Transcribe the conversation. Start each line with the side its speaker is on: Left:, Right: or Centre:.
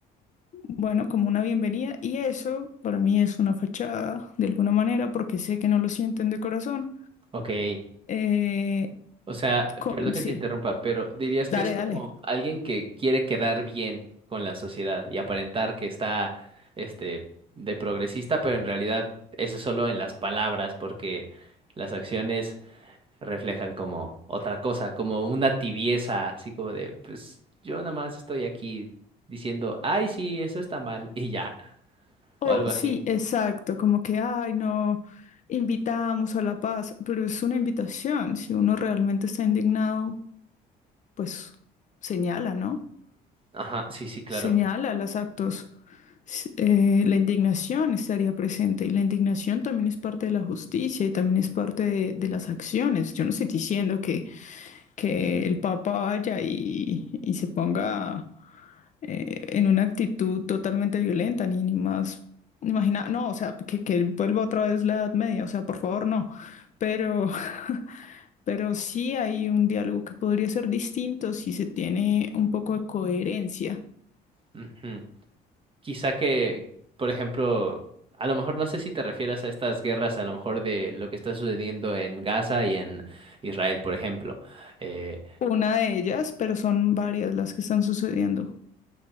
Left: bueno, como una bienvenida y eso para mí es una fachada de alguna manera porque sé que no lo sienten de corazón.
Right: Ok.
Left: Eh,
Right: O sea,
Left: co-
Right: perdón que
Left: sí,
Right: te interrumpa, pero dirías
Left: dale,
Right: que es como
Left: dale.
Right: alguien que quiere quedar bien con la sociedad y aparentar que está, este, de progresista, pero en realidad eso es solo en las palabras, porque las acciones reflejan como otra cosa, como una tibieza, así como de, pues yo nada más estoy aquí diciendo, ay, sí, eso está mal, y ya,
Left: O
Right: o algo
Left: sí,
Right: así.
Left: exacto, como que, ay, no, invitamos a la paz, pero es una invitación. Si uno realmente está indignado, pues señala, ¿no?
Right: Ajá, sí, sí, claro.
Left: señala los actos. S- eh, la indignación estaría presente y la indignación también es parte de la justicia y también es parte de, de las acciones. Yo no estoy diciendo que, que el Papa vaya y, y se ponga eh, en una actitud totalmente violenta, ni, ni más. Imagina, no, o sea, que, que vuelva otra vez la Edad Media, o sea, por favor, no. Pero, <laughs> pero sí hay un diálogo que podría ser distinto si se tiene un poco de coherencia.
Right: Ujú. Quizá que, por ejemplo, a lo mejor no sé si te refieras a estas guerras, a lo mejor de lo que está sucediendo en Gaza y en Israel, por ejemplo. Eh,
Left: Una de ellas, pero son varias las que están sucediendo.